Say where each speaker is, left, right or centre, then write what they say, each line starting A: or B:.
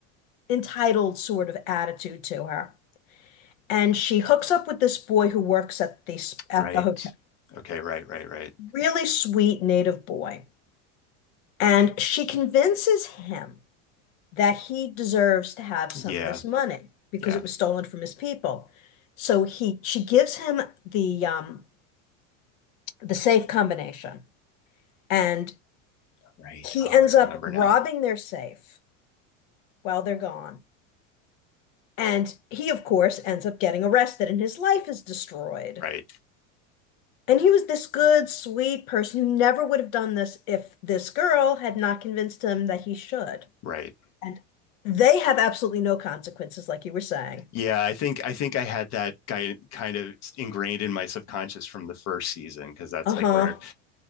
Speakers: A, on the left; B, on the left.
A: entitled sort of attitude to her. And she hooks up with this boy who works at the at
B: Right.
A: the hotel.
B: Okay. Right. Right. Right.
A: Really sweet native boy. And she convinces him that he deserves to have some
B: Yeah.
A: of this money because
B: Yeah.
A: it was stolen from his people. So he she gives him the um the safe combination and
B: Right.
A: he
B: Oh,
A: ends
B: I remember
A: up robbing
B: now.
A: their safe while they're gone. And he, of course, ends up getting arrested and his life is destroyed.
B: Right.
A: And he was this good, sweet person who never would have done this if this girl had not convinced him that he should.
B: Right.
A: And they have absolutely no consequences, like you were saying.
B: Yeah. I think I think I had that guy kind of ingrained in my subconscious from the first season because that's
A: Uh-huh.
B: like where I.